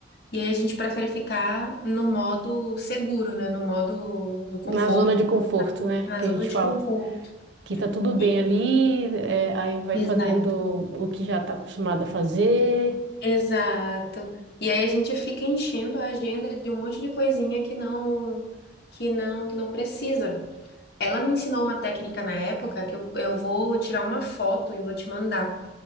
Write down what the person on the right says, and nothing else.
Na zona de conforto, né,
que
a gente
fala.
que tá tudo bem
ali, é, aí vai
fazendo o que já tá acostumado a fazer.